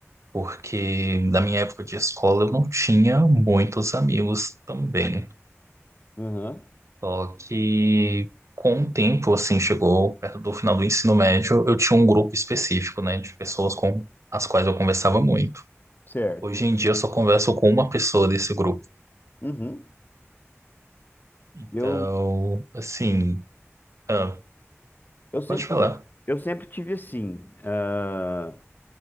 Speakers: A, on the right; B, on the left.
A: Porque na minha época de escola eu não tinha muitos amigos também.
B: Aham.
A: Só que com o tempo, assim, chegou perto do final do ensino médio, eu tinha um grupo específico, né, de pessoas com as quais eu conversava muito.
B: Certo.
A: Hoje em dia eu só converso com uma pessoa desse grupo.
B: Uhum.
A: Então,
B: Eu,
A: assim, ah,
B: eu sempre,
A: pode falar.
B: eu sempre tive assim. ah,